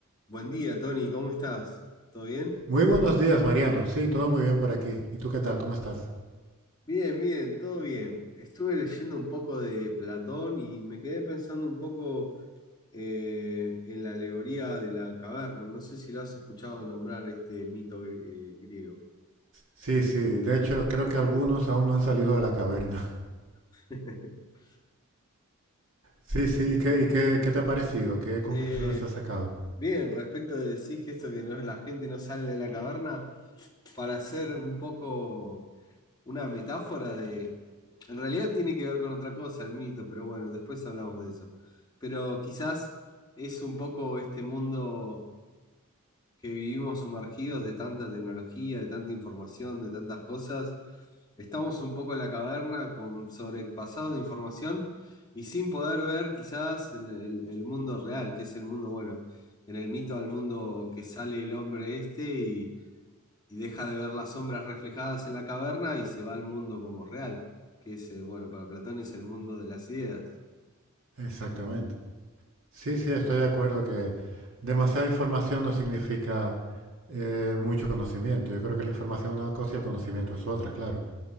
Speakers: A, on the left; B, on the right.
A: Buen día, Tony, ¿cómo estás? ¿Todo bien?
B: Muy buenos días, Mariano. Sí, todo muy bien por aquí. ¿Y tú qué tal? ¿Cómo estás?
A: Bien, bien, todo bien. Estuve leyendo un poco de Platón y me quedé pensando un poco eh, en la alegoría de la caverna. No sé si lo has escuchado nombrar este mito eh, griego.
B: Sí, sí. De hecho, creo que algunos aún no han salido de la caverna. <laughs>
A: <laughs>
B: Sí, sí.
A: Sí.
B: ¿Y qué, y qué, qué te ha parecido? ¿Qué conclusiones
A: Eh,
B: has sacado?
A: bien, respecto de decir que esto que no es la gente no sale de la caverna, para ser un poco una metáfora de... En realidad tiene que ver con otra cosa, el mito, pero bueno, después hablamos de eso. Pero quizás es un poco este mundo que vivimos sumergidos de tanta tecnología, de tanta información, de tantas cosas. Estamos un poco en la caverna con sobrepasados de información y sin poder ver quizás el, el- el mundo real, que es el mundo bueno. En el mito al mundo que sale el hombre este y deja de ver las sombras reflejadas en la caverna y se va al mundo como real, que es, eh, bueno, para Platón es el mundo de las ideas.
B: Exactamente. Sí, sí, estoy de acuerdo que demasiada información no significa eh, mucho conocimiento. Yo creo que la información es una cosa y el conocimiento es otra, claro.